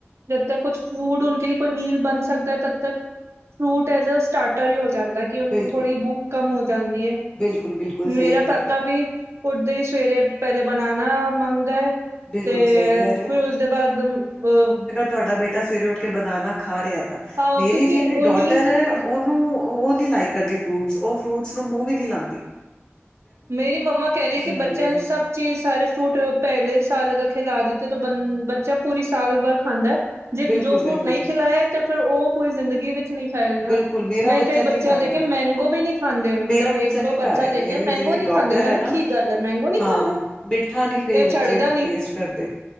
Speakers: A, on the right; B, on the left.
A: ਜਦ ਤੱਕ ਕੁਛ ਫੂਡ, ਉਨਕੇ ਲੀਏ ਕੋਈ ਮੀਲ ਬਨ ਸਕਦਾ ਤਦ ਤੱਕ ਫਰੂਟ ਐਜ਼ ਆ ਸਟਾਰਟਰ ਈ ਹੋ ਜਾਂਦੈ ਕਿ ਓਨੂੰ
B: ਬਿਲਕੁਲ
A: ਥੋੜੀ ਬੂਕ ਕੰਮ ਹੋ ਜਾਂਦੀ ਏ।
B: ਬਿਲਕੁਲ ਬਿਲਕੁਲ ਸਹੀ
A: ਮੇਰਾ
B: ਕਹਿ
A: ਕਾਕਾ
B: ਰਹੇ ਹੋ
A: ਵੀ ਉਡਦੇ ਈ ਸਵੇਰੇ ਪੈਲੇ ਬਨਾਨਾ ਮੰਗਦਾ ਐ
B: ਬਿਲਕੁਲ
A: ਤੇ
B: ਸਹੀ ਕਹਿ
A: ਫਿਰ ਉਸਦੇ ਬਾਦ ਅ
B: ਤੁਆਡਾ ਬੇਟਾ ਸਵੇਰੇ ਓਠ ਕੇ ਬਨਾਨਾ ਖਾ ਰਿਐ ਤਾਂ
A: ਆਹ,
B: ਮੇਰੀ
A: ਕਿਉਂਕਿ
B: ਜੜੀ
A: ਉਹ
B: ਡੋਟਰ
A: ਨੀਂਦ
B: ਐ ਓ ਨੂੰ ਓ ਓ ਨੀ ਲਾਇਕ ਕਰਦੀ ਫਰੂਟਸ। ਓ ਫਰੂਟਸ ਨੂੰ ਮੂੰਅ ਵੀ ਨੀ ਲਾਂਦੀ।
A: ਮੇਰੀ ਮੰਮਾ ਕੈਹ ਰੀ ਥੀ
B: ਰਹਿੰਦੀ
A: ਬੱਚਿਆਂ
B: ਹੈ
A: ਨੂੰ ਸਭ ਚੀਜ ਸਾਰੇ ਫਰੂਟ ਪੈਲੇ ਸਾਲ ਅਗਰ ਖਿਲਾ ਦਿੱਤੇ ਤ ਬੰ, ਬੱਚਾ ਪੂਰੀ ਸਾਲ ਭਰ ਖਾਂਦੈ। ਜੇ
B: ਬਿਲਕੁਲ
A: ਜੋ ਫਰੂਟ
B: ਬਿਲਕੁਲ
A: ਨਈ ਖਿਲਾਏ ਤੇ ਫਿਰ ਓ ਪੂਰੀ ਜ਼ਿੰਦਗੀ ਵਿੱਚ ਨੀ ਖਾਏਗਾ।
B: ਬਿਲਕੁਲ ਮੇਰਾ
A: ਮੈਂ
B: ਬੱਚਾ
A: ਕਈ ਬੱਚਿਆਂ
B: ਨਹੀਂ ਖਾ
A: ਦੇਖਿਐ
B: ਰਿਹਾ
A: ਮੈਂਗੋ ਵੀ ਨੀ ਖਾਂਦੇ ਓ ਮਤਬ
B: ਮੇਰਾ
A: ਏਕ-ਦੋ
B: ਨਹੀਂ
A: ਬੱਚਾ
B: ਖਾ ਰਿਹਾ
A: ਦੇਖਿਐ
B: ਮੇਰੀ
A: ਮੈਂਗੋ
B: ਜਿਹੜੀ
A: ਨੀ
B: ਡੋਟਰ
A: ਖਾਂਦੇ ਮੈਨੂੰ
B: ਹੈ ਨਾ
A: ਕੀ ਗੱਲ ਐ, ਮੈਂਗੋ ਨੀ
B: ਹਾਂ
A: ਖਾਂਦੇ!
B: ਮਿੱਠਾ ਨਹੀਂ ਕਈ
A: ਏ
B: ਬੱਚੇ
A: ਛੱਡਦਾ ਨਈ।
B: ਟੇਸਟ ਕਰਦੇ